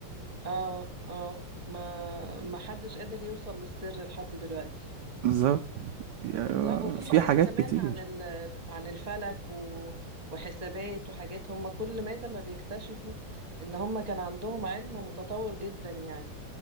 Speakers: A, on the right; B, on the right.
A: اه اه ما ما حدش قادر يوصل للسر لحد دلوقتي
B: بالظبط يعني آه،
A: لا وفي
B: في
A: حاجات
B: حاجات
A: كمان
B: كتير
A: عن ال... عن الفلك و... وحسابات وحاجات هم كل مادة ما بيكتشفوا ان هم كان عندهم علم متطور جدا يعني